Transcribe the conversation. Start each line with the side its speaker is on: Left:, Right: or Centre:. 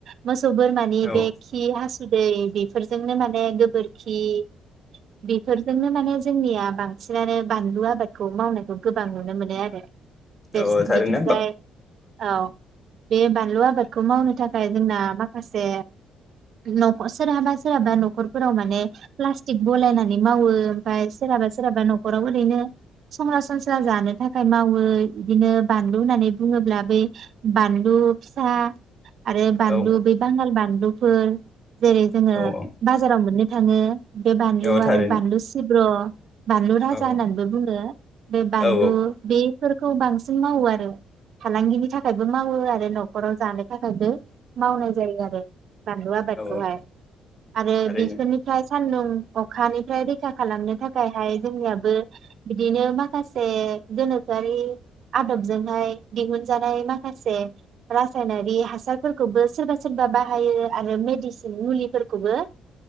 Right: मोस सौ बोरमानि
Left: औ
Right: बे खि हासुदै बेफोरजोंनो माने गोबोरखि बेफोर जोंनो माने जोंनिया बां बांसिनानो बानलु आबादखौ मावनायखौ गोबां नुनो मोनो आरो। बेस
Left: औ औ थारैनो
Right: बिथिंजाय
Left: होमबा
Right: औ। बे बानलु आबादखौ मावनो थाखाय जोंना माखासे न'ख सोरहा सोरहाबा न'खरफोराव माने प्लास्टिक बलायनानै मावो ओमफ्राय सोरहाबा सोरहाबा न'खराव ओरैनो सरासनस्रा जानो थाखाय मावो इदिनो बानलु होननानै बुङोब्ला बै बानलु फिसा आरो बानलु
Left: औ
Right: बै बांगाल बानलु फोर जेरै जोंङो
Left: औ
Right: बाजाराव मोन थाङो बे बानलु
Left: औ थारैनो
Right: आरो बानलु ब्र' बानलु राजा
Left: औ
Right: होननानैबो बुङो बे बानलु
Left: औ
Right: बे फोरखौ बांसिन मावो आरो फालांगिनि थाख थाखायबो मावो आरो न'खराव जानो थाखायबो मावनाय जायो आरो बानलु आबादखौहाय
Left: औ
Right: आरो
Left: थारैनो
Right: बिसोरनिफ्राय सान्दुं अखानिफ्राय रैखा खालामनो थाखाय थाखायहाय जोंनियाबो बिदिनो माखासे गोनोखोआरि आदबजोंहाय दिहुनजानाय माखासे रासायनारि हासारफोरखौबो सोरबा सोरबा बाहायो आरो मेडिसिन मुलिफोरखौबो